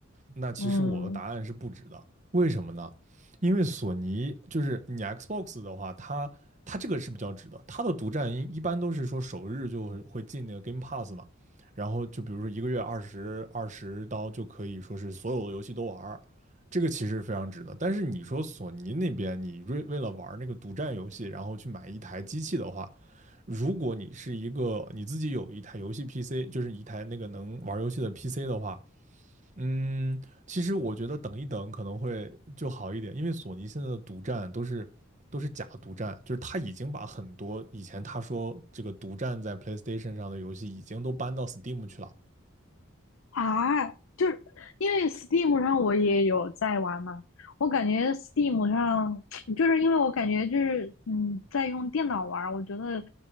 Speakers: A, on the right (about 35°); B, on the left (about 80°).
A: 那其实我的答案是不值的。
B: 嗯。
A: 为什么呢？因为索尼就是你 Xbox 的话，它它这个是比较值的，它的独占一一般都是说首日就会进那个 Game Pass 嘛，然后就比如说一个月二十二十刀就可以说是所有的游戏都玩这个其实非常值的。但是你说索尼那边，你为为了玩那个独占游戏，然后去买一台机器的话，如果你是一个你自己有一台游戏 PC，就是一台那个能玩游戏的 PC 的话，嗯，其实我觉得等一等可能会就好一点，因为索尼现在的独占都是都是假独占，就是他已经把很多以前他说这个独占在 PlayStation 上的游戏已经都搬到 Steam 去了。
B: 啊，就是因为 Steam 上我也有在玩嘛，我感觉 Steam 上 <tsk> 就是因为我感觉就是嗯，在用电脑玩儿我觉得